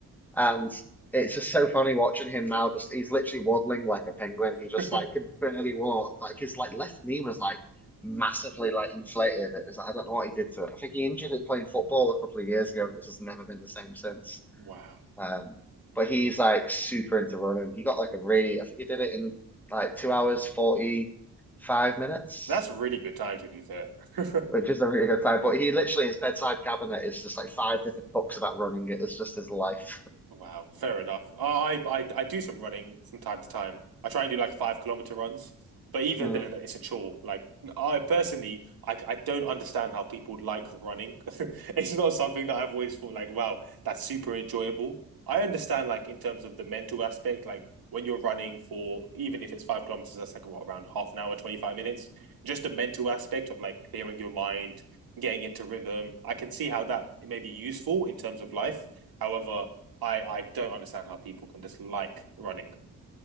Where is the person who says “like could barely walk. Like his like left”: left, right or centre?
Centre